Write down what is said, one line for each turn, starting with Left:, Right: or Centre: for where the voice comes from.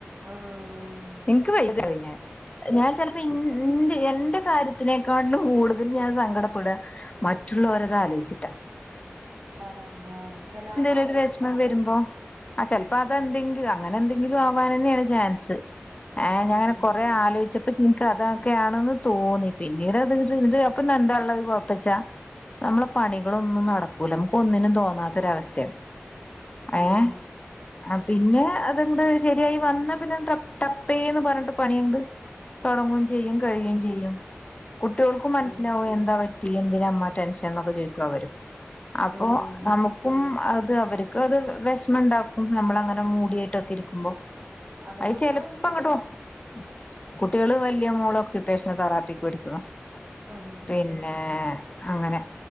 Right: ഉം
Left: ഇൻക്ക് വലിയതഴിഞ്ഞ ഞാൻ ചെലപ്പോ ഇൻ ന്റെ എന്റെ കാര്യത്തിനേക്കാട്ടിലും കൂടുതൽ ഞാൻ സങ്കടപ്പെട. ഹ് മറ്റുള്ളോരതാ ആലോയിച്ചിട്ടാ.
Right: അത് തന്നേ... ചില
Left: രു
Right: അത്
Left: വിഷമം വരുമ്പോ ആ ചിലപ്പോ അതെന്തെങ്കിലു അങ്ങനെ എന്തെങ്കിലു ആവാനന്നെയാണ് ചാൻസ് ഏ
Right: ഉം
Left: ഞാങ്ങനെ കൊറേ ആലോയിച്ചപ്പോ ഇൻക്ക്താ ക്കെയാണെന്ന് തോന്നി. പിന്നീട് അത് ത് ഇത് അപ്പൊ എന്താ ള്ളത് കൊഴപ്പച്ചാ നമ്മളെ പണികളൊന്നും നടക്കൂല മുക്ക് ഒന്നിനു തോന്നാത്തൊരവസ് ത്യം ഏഹ്
Right: ഉം
Left: ആ പിന്നെ അതങ്ങ്ട് ശെരിയായിവന്നപിന്നെ റപ്പ് ടപ്പേന്ന് പറഞ്ഞിട്ട് പണിയങ്ങട് തൊടങ്ങു ചെയ്യും കഴിയു ചെയ്യും കുട്ട്യോൾക്കും മനസ്സിലാവു
Right: ഉം
Left: എന്താ പറ്റി എന്തിനാ മ്മ ടെൻഷൻ എന്നൊക്കെ ചോദിക്കുവര് അപ്പൊ
Right: ഉം
Left: നമുക്കും അത് അവർക്കത് വെഷമം ണ്ടാക്കും. നമ്മളങ്ങന മൂടിയായിട്ടൊക്കെ ഇരിക്കുമ്പോ
Right: അതെ
Left: അയ്
Right: കുട്ടികൾ
Left: ചെലപ്പൊങ്ങട്ടോ
Right: എന്ത് ചെയ്യുന്നു
Left: ഉം കുട്ടികള് വല്യയ മോളൊക്കെപ്പേഷന് തെറാപ്പിക്ക് പഠിക്ക്ണു
Right: ആഹ് ആഹ്
Left: പിന്നെ
Right: ആഹ്
Left: അങ്ങനെ.